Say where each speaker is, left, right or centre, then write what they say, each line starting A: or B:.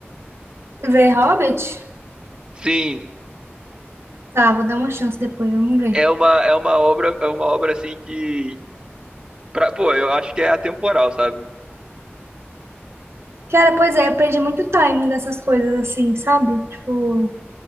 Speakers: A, on the right; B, on the right.
A: Ver Hobbit?
B: <laughs> Sim,
A: Tá, vou dar uma chance depois, vamos ver.
B: é uma, é uma obra, é uma obra, assim, que... Pra, pô, eu acho que é atemporal, sabe?
A: Cara, pois é, eu perdi muito time dessas coisas assim, sabe? Tipo,